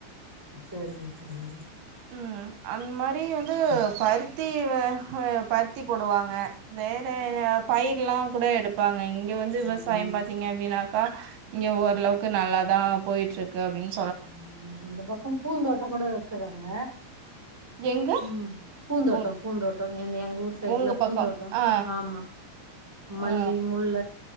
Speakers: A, in the centre; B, on the right (about 80°).
A: சேரிங்க சேரிங்க
B: உ அந்த மாதிரி வந்து பருத் தி வ பர்த்தி போடுவாங்க வேற பயிர்லா கூட எடு இருப்பாங்க இங்க வந்து விவசாயோ
A: ம்
B: பாத்தீங்க அப்டின்னாக்கா இங்க ஓரளவுக்கு நல்லாதா போயிட்டு இருக்கு <unintelligible>
A: உ இந்த பக்கோ பூந்தோட்டமா கூட வுக்குறாங்க
B: எங்க
A: உ பூந்தோட்டோ
B: உ
A: பூந்தோட்டோ எங் எங்க ஊர் சைடுல
B: உங்க பக்கம்
A: பூந்தோட்டம்
B: ஆ
A: ஆமா மல்லி
B: ஆ
A: முல்ல